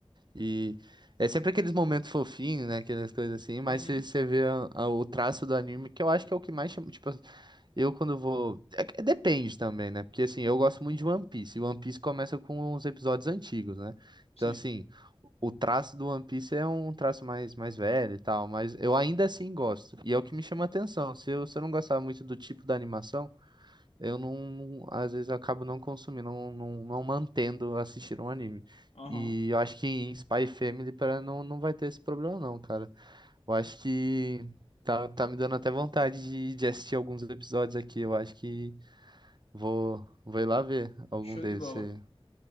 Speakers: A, on the right; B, on the left.
A: E é sempre aqueles momentos fofinhos, né? Aquelas coisas assim, mas
B: Uhum,
A: se você vê a- a- o traço do anime, que eu acho que é o que mais chama. Tipo, eu quando vou. é que- depende também, né? Porque assim, eu gosto muito de One Piece. E One Piece começa com os episódios antigos, né?
B: sim.
A: Então, assim, o traço do One Piece é um traço mais, mais velho e tal, mas eu ainda assim gosto. E é o que me chama a atenção. Se eu, se eu não gostar muito do tipo da animação eu não, às vezes eu acabo não consumindo, não, não, não mantendo assistir um anime.
B: Aham.
A: E eu acho que em Spy Family pra, não, não vai ter esse problema não, cara. Eu acho que tá, tá me dando até vontade de, de assistir alguns episódios aqui. Eu acho que vou, vou ir lá ver algum
B: Show
A: deles.
B: de bola.
A: Você